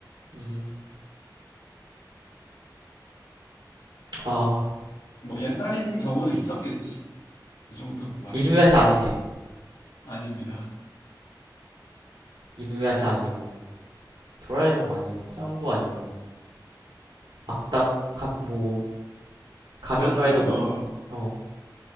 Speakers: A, on the right; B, on the left.
A: 음, 아,
B: 뭐 옛날인 경우도 있었겠지. 이 정도로 말해줄게.
A: 이누야샤 아니지.
B: 아닙니다.
A: 이누야샤 아니고, 도라에몽 아니고, 짱구 아니고, 악당, 가, 뭐, 가면라이더
B: 조금
A: 뭐,
B: 더
A: 어,